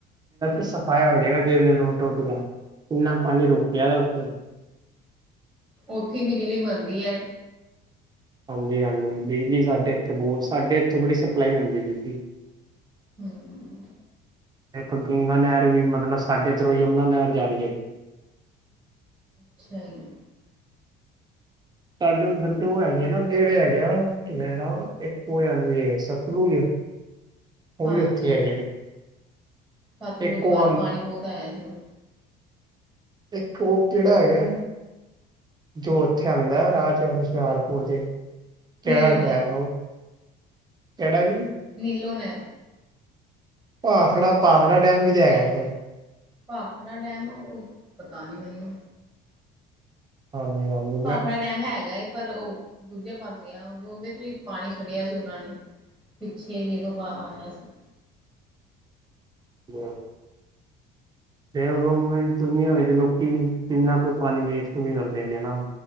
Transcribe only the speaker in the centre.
ਉੱਥੇ ਈ ਬਿਜਲੀ ਬਣਦੀ ਐ।
ਹਮ
ਅੱਛਾ ਈ।
ਹਾਂਜੀ,
ਸਤਲੁਜ
ਵੱਲ
ਪਾਣੀ ਬਹੁਤ ਆਇਆ ਸੀ।
ਨੀਲੋ
ਨਹਿਰ
ਨੀਲੋ ਨੈਰ।
ਭਾਖੜਾ ਡੈਮ ਉਹ ਪਤਾ ਨਹੀਂ ਮੈਨੂੰ
ਭਾਖੜਾ ਡੈਮ ਹੈਗਾ ਏ ਪਰ ਉਹ ਦੂਜੇ ਪਾਸੇ ਆ ਔਂਦੇ ਚੋਂ ਵੀ ਪਾਣੀ ਛੱੜਿਆ ਸੀ ਉਹਨਾਂ ਨੇ ਪਿੱਛੇ ਜੀ ਕੋ ਬਾ ਆਣਾ ਸੀ।